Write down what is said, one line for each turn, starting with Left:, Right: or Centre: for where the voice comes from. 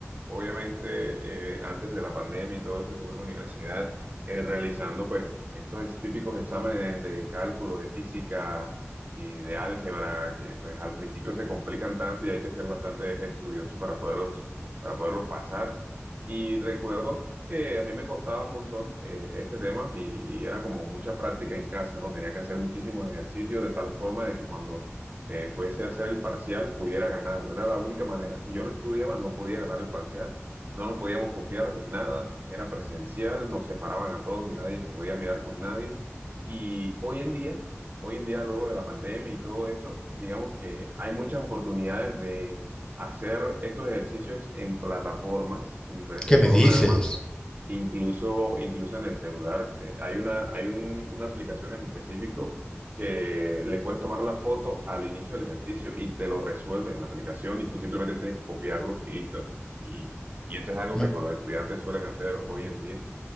Right: obviamente, eh, antes de la pandemia y todo eso, estuve en la universidad eh, realizando, pues, estos típicos exámenes de cálculo, de física y de álgebra que, pues, al principio se complican tanto y hay que ser bastante estudioso para poderlos, para poderlos pasar. Y recuerdo que a mí me costaba un montón eh, este tema y, y era como mucha práctica en casa, ¿no? Tenía que hacer muchísimos ejercicios de tal forma de que cuando eh, fuese a hacer el parcial pudiera ganarlo. Era la única manera. Si yo no estudiaba, no podía ganar el parcial. No nos podíamos copiar de nada. Era presencial, nos separaban a todos y nadie se podía mirar con nadie. Y hoy en día, hoy en día, luego de la pandemia y todo eso, digamos que hay muchas oportunidades de hacer estos ejercicios en plataformas, en diferentes
Left: ¿Qué me
Right: programas
Left: dices?
Right: Incluso, incluso en el celular, eh, hay una, hay un- una aplicación en específico que le puedes tomar la foto al inicio del ejercicio y te lo resuelve en la aplicación y tú simplemente tienes que copiarlo y listo. Y, y esto es algo
Left: Me,
Right: que por los estudiantes suelen hacer hoy en día.